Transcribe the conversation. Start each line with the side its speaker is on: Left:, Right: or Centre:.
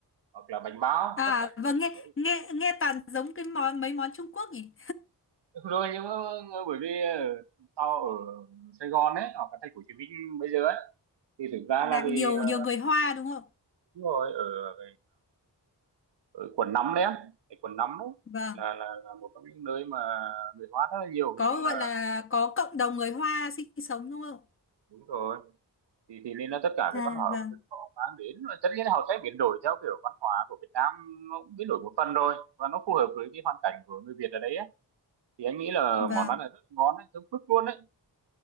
Right: hoặc là bánh bao
Left: À
Right: tất cả
Left: vâng
Right: những-
Left: nghe nghe nghe toàn giống cái món mấy món Trung Quốc nhỉ?
Right: rồi nhưng mà ờ, bởi vì ở- tao ở Sài Gòn ấy hoặc là thành phố Hồ Chí Minh bây giờ ấy thì thực ra
Left: là
Right: là
Left: nhiều
Right: thì ờ,
Left: nhiều người Hoa đúng không?
Right: đúng rồi ở ở quận 5 đấy á cái quận 5 đấy
Left: Vâng,
Right: là, là là một trong những nơi mà người hóa rất là nhiều hình
Left: có
Right: như là
Left: gọi là có cộng đồng người Hoa sinh sống đúng không?
Right: đúng rồi thì thì nên là tất cả
Left: À
Right: cái văn hóa
Left: vâng,
Right: ẩm thực họ mang đến và tất nhiên là họ sẽ biến đổi theo kiểu văn hóa của Việt Nam nó cũng biến đổi một phần rồi và nó phù hợp với cái hoàn cảnh của người Việt ở đấy á. thì anh nghĩ là
Left: vâng,
Right: món ăn là rất là ngon đấy giống phức luôn đấy